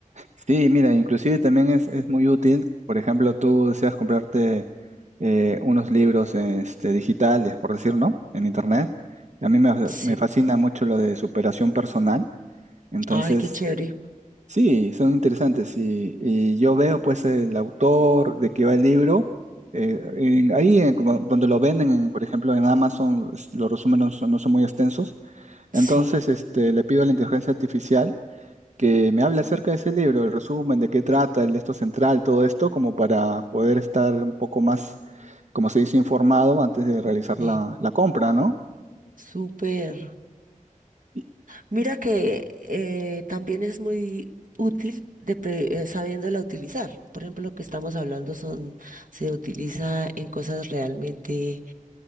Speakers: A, on the right (about 55°); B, on the right (about 70°).
A: sí, mira, inclusive también es, es muy útil, por ejemplo, tú deseas comprarte eh, unos libros este, digitales, por decir, ¿no? En internet. A mí me
B: Sí.
A: me fascina mucho lo de superación personal. Entonces,
B: Ay, qué chévere.
A: sí, son interesantes y, y yo veo pues el autor de qué va el libro, eh, en- ahí en como donde lo venden, en, por ejemplo en Amazon es- los resúmenes no son, no son muy extensos,
B: Sí.
A: entonces este, le pido a la inteligencia artificial que me hable acerca de ese libro, el resumen, de qué trata, el esto central, todo esto, como para poder estar un poco más, como se dice, informado antes de realizar
B: Sí,
A: la, la compra, ¿no?
B: súper.
A: Y-
B: Mira que eh, también es muy útil de pre- eh, sabiéndola utilizar. Por ejemplo, lo que estamos hablando son, se utiliza en cosas realmente